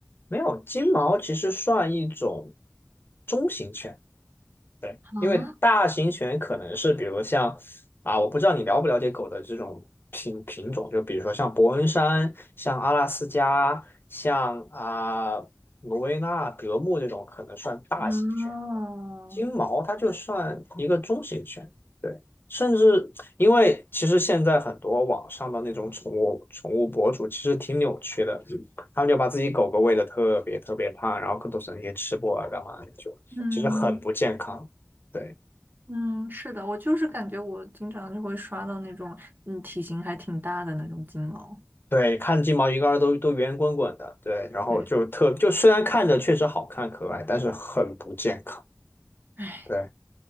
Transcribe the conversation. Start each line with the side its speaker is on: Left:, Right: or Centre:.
Left: 没有金毛，其实算一种中型犬，对，
Right: 啊
Left: 因为大型犬可能是比如像啊，我不知道你了不了解狗的这种品品种，就比如说像伯恩山、像阿拉斯加、像啊、罗威纳、德牧这种，可能算大型犬。
Right: 啊，
Left: 金毛它就算一个中型犬，对，甚至因为其实现在很多网上的那种宠物宠物博主其实挺扭曲的，他们就把自己狗狗喂得特别特别胖，然后更多是那些吃播啊干嘛的，就其实很不健康。
Right: 嗯
Left: 对
Right: 嗯，是的，我就是感觉我经常就会刷到那种嗯体型还挺大的那种金毛，
Left: 对，看金毛一个个都都圆滚滚的，对，然后就特就虽然看着确实好看可爱，
Right: 对。
Left: 但是很不健康。
Right: 哎。
Left: 对，